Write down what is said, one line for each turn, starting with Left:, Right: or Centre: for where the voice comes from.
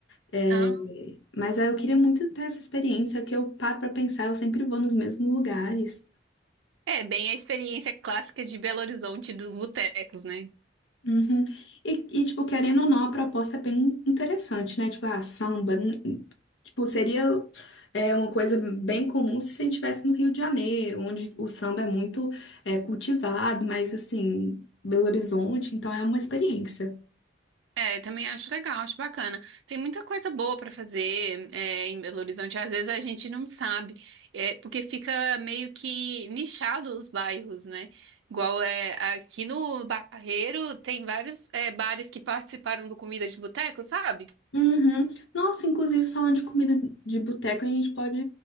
Left: É,
Right: ah,
Left: mas aí eu queria muito ter essa experiência que eu paro pra pensar, eu sempre vou nos mesmos lugares.
Right: É bem a experiência clássica de Belo Horizonte dos botecos, né?
Left: Uhum. E, e, tipo, querendo ou não, a proposta é bem interessante, né? Tipo, a samba, n- tipo, seria é, uma coisa bem comum se a gente estivesse no Rio de Janeiro, onde o samba é muito é, cultivado, mas, assim, Belo Horizonte, então é uma experiência.
Right: É, também acho legal, acho bacana. Tem muita coisa boa para fazer, é, em Belo Horizonte. Às vezes a gente não sabe, é, porque fica meio que nichado os bairros, né? Igual é, aqui no Barreiro tem vários, é, bares que participaram do Comida de Boteco, sabe?
Left: Uhum. Nossa, inclusive, falando de comida de boteca, a gente pode